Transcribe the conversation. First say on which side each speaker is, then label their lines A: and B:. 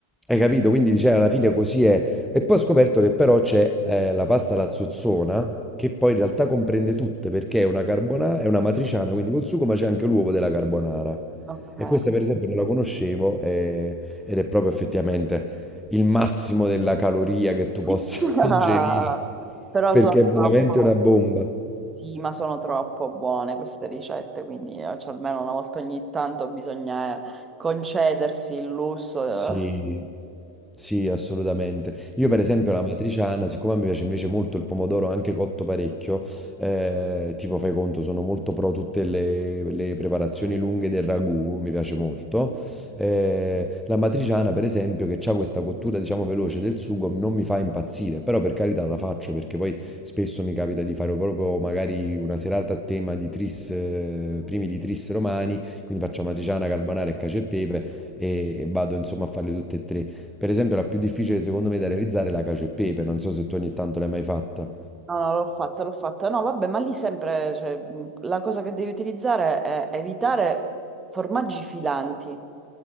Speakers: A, in the centre; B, on the right (about 15°).
A: hai capito? Quindi cioè, alla fine così è. E poi ho scoperto che però c'è eh, la pasta alla zozzona, che poi in realtà comprende tutte, perché è una carbonara, è una matriciana, quindi col sugo, ma c'è anche l'uovo della carbonara.
B: Ok.
A: E questa per esempio non la conoscevo eh, ed è proprio effettivamente il massimo della caloria che tu
B: <laughs>
A: possa <laughs> ingerire,
B: Però
A: perché
B: sono
A: è veramente
B: troppo...
A: una bomba.
B: Sì, ma sono troppo buone queste ricette, quindi eh, cioè, almeno una volta ogni tanto bisogna eh, concedersi il lusso.
A: Sì,
B: eh.
A: Sì, assolutamente. Io per esempio la matriciana, siccome a me piace invece molto il pomodoro anche cotto parecchio, eh, tipo fai conto, sono molto pro tutte le, le preparazioni lunghe del ragù, mi piace molto. Eh, la matriciana per esempio che ha questa cottura diciamo veloce del sugo non mi fa impazzire, però per carità la faccio perché poi spesso mi capita di fare proprio magari una serata a tema di tris, eh, primi di tris romani, quindi faccio matriciana, carbonara e cacio e pepe e e vado insomma a farle tutte e tre. Per esempio, la più difficile secondo me da realizzare è la cacio e pepe. Non so se tu ogni tanto l'hai mai fatta.
B: No, no, l'ho fatto, l'ho fatto. No, vabbè, ma lì sempre, cioè, mh, la cosa che devi utilizzare è evitare formaggi filanti.